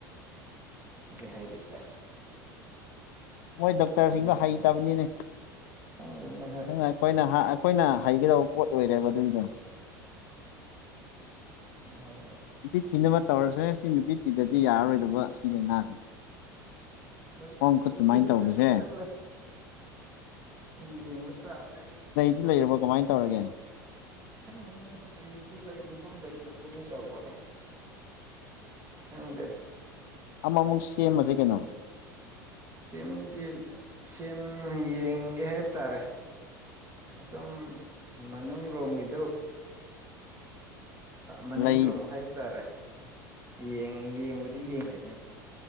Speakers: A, on the right; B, on the left.
A: ꯍꯥꯏꯗꯦꯗ
B: ꯃꯣꯏ ꯗꯣꯛꯇꯔꯁꯤꯡꯗꯣ
A: ꯅꯣꯏꯁꯦ
B: ꯍꯩꯇꯕꯅꯤꯅꯦ
A: ꯈꯪꯗꯦꯅꯦ ꯍꯣꯏ
B: ꯑꯩꯈꯣꯏꯅ ꯑꯩꯈꯣꯏꯅ ꯍꯩꯒꯗꯕ ꯄꯣꯠ ꯑꯣꯏꯔꯦꯕ ꯑꯗꯨꯒꯤꯗꯣ
A: ꯎꯝ ꯍꯣꯏꯅꯦ
B: ꯅꯨꯄꯤ ꯊꯤꯅꯕ ꯇꯧꯔꯁꯦ ꯁꯤ ꯅꯨꯄꯤ ꯊꯤꯗ꯭ꯔꯗꯤ ꯌꯥꯔꯔꯣꯏꯗꯧꯕ ꯁꯤ ꯂꯥꯏꯅꯥꯁꯦ
A: ꯍꯣꯏ
B: ꯈꯣꯡ ꯈꯨꯠ
A: ꯊꯤꯒꯦꯁꯦ
B: ꯁꯨꯃꯥꯏꯅ ꯇꯧꯕꯁꯦ
A: ꯈꯟꯗꯤ ꯈꯜꯂꯦ ꯌꯦꯡꯕ ꯇꯥꯔꯦ
B: ꯂꯩꯔꯕꯣ ꯀꯃꯥꯏꯅ ꯇꯧꯔꯒꯦ
A: ꯂꯩ ꯈꯪꯕꯅꯤ ꯂꯩꯕꯨꯗꯤ ꯂꯩꯕꯒꯨꯝ ꯂꯩꯇꯕꯒꯨꯝꯅꯤ ꯇꯧꯕ ꯈꯪꯗꯦ
B: ꯑꯃꯃꯨꯛ ꯁꯦꯝꯃꯁꯦ ꯀꯩꯅꯣ
A: ꯁꯤꯝꯗꯤ ꯁꯤꯝ ꯌꯦꯡꯒꯦ ꯍꯥꯏꯕ ꯇꯥꯔꯦ ꯑꯁꯨꯝ ꯃꯅꯨꯡ ꯔꯣꯝꯒꯤꯗꯨ ꯃꯅꯤꯡ
B: ꯂꯩ
A: ꯔꯣꯝ ꯍꯥꯏꯕ ꯇꯥꯔꯦ ꯌꯦꯡ ꯌꯦꯡꯕꯨꯗꯤ ꯌꯦꯡꯗꯅꯦ